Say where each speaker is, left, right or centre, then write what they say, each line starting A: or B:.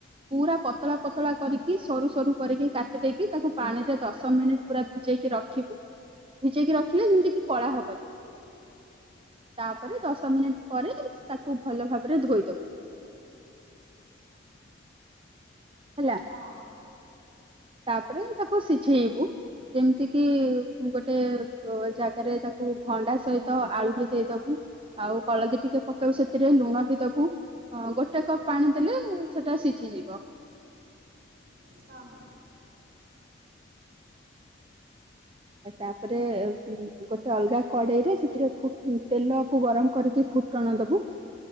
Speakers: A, on the right (about 25°); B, on the right (about 55°).
A: ପୁରା ପତଳା ପତଳା କରିକି ସରୁ ସରୁ କରିକି କା ଦେଇକି ତାକୁ ପାଣିରେ ଦଶ ମିନିଟ୍ ପୁରା ଭିଜେଇକି ରଖିବୁ ଭିଜେଇକି ରଖିଲେ ଯେନ୍ତି କିି କଳା ହବନି। ତାପରେ
B: ହଁ
A: ଦଶ ମିନିଟ୍ ପରେ ତାକୁ ଭଲ ଭାବରେ ଧୋଇଦବୁ। ହେଲା।
B: ହଁ।
A: ତାପରେ ତାକୁ ସିଝେଇବୁ ଯେମିତି କିି ଗୋଟେ ଜାଗାରେ ତାକୁ ଭଣ୍ଡା ସହିତ ଆଳୁ ବି ଦେଇଦବୁ ଆଉ ହଳଦୀ ଟିକେ ପକେଇବ ସେଥିରେ ଲୁଣ ବି ଦବୁ ଗୋଟେ କପ ପାଣି ଦେଲେ ସେଟା ସିଝିଯିବି।
B: ହିଁ।
A: ତାପରେ ଗୋଟେ ଅଲଗା କଡେଇରେ ଫୁଟ ସେଥିରେ ତେଲକୁ ଗରମ କରିକି ଫୁଟଣ ଦବୁ